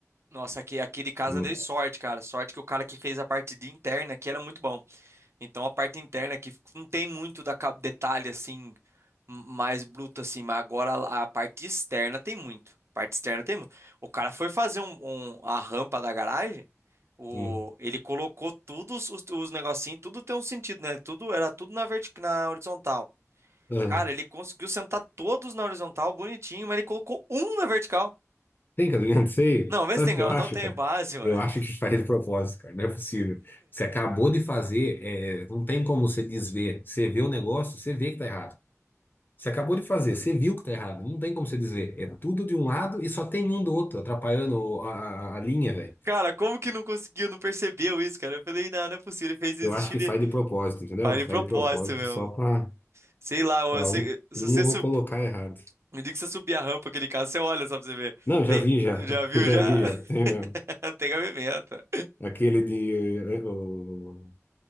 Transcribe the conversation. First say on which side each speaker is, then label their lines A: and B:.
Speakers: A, on the right; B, on the left.
A: Nossa, aqui, aqui de casa
B: Hum,
A: dei sorte, cara. Sorte que o cara que fez a parte de interna aqui era muito bom. Então a parte interna que não tem muito da ca- detalhe assim mais bruto assim, mas agora a a parte externa tem muito. Parte externa tem muito. O cara foi fazer um, um- a rampa da garagem, o,
B: hum.
A: ele colocou todos os, os negocinhos, tudo tem um sentido, né? Tudo era tudo na vertic, na horizontal.
B: Ah,
A: Cara, ele conseguiu sentar todos na horizontal, bonitinho, mas ele colocou um na vertical.
B: Tem que adivinhar, não sei.
A: Não, vê
B: Sabe
A: se tem,
B: o que
A: não
B: eu acho,
A: tem
B: cara?
A: base, mano.
B: Eu
A: <laughs>
B: acho que faz de propósito, cara. Não é possível. Você acabou de fazer, é, não tem como você desver. Você vê o negócio, você vê que tá errado. Você acabou de fazer, você viu que tá errado. Não tem como você dizer. É tudo de um lado e só tem um do outro, atrapalhando a, a- a linha, velho.
A: Cara, como que não conseguiu, não percebeu isso, cara? Eu falei, não, não é possível, ele fez isso,
B: Eu acho
A: acho que
B: que
A: ele
B: faz de propósito, entendeu?
A: faz de
B: Faz
A: propósito,
B: de propósito
A: meu.
B: só pra,
A: Sei lá, ou
B: pra
A: se,
B: um,
A: se
B: um
A: você
B: eu vou
A: subir.
B: colocar errado.
A: Me diga que você subir a rampa, aquele caso, você olha só pra você ver.
B: Não, já
A: Tem,
B: vi já.
A: já
B: <laughs>
A: viu?
B: Eu já
A: Já.
B: vi
A: <laughs>
B: já. Tem mesmo.
A: Não tem gavimenta.
B: Aquele de. eh, O,